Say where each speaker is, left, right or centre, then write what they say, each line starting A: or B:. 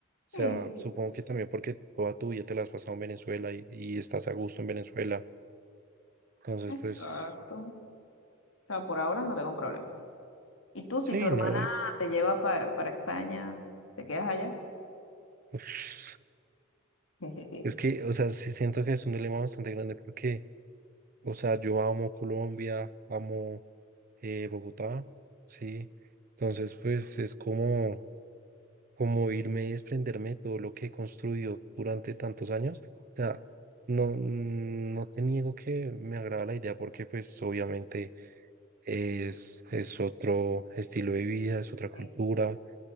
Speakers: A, on the right; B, on the left.
A: O sea,
B: Sí, sí,
A: supongo que también porque toda tu vida te la has pasado en Venezuela y, y estás a gusto en Venezuela. Entonces,
B: exacto.
A: pues,
B: O sea, por ahora no tengo problemas. ¿Y tú, si
A: sí,
B: tu hermana
A: no, y-
B: te lleva pa- para España, te quedas allá?
A: uf,
B: <laughs>
A: es que, o sea, sí siento que es un dilema bastante grande porque, o sea, yo amo Colombia, amo. eh, Bogotá, sí. Entonces, pues es como, como irme y desprenderme de todo lo que he construido durante tantos años. O sea, no, no te niego que me agrada la idea porque pues obviamente es, es otro estilo de vida, es otra cultura,
B: Sí.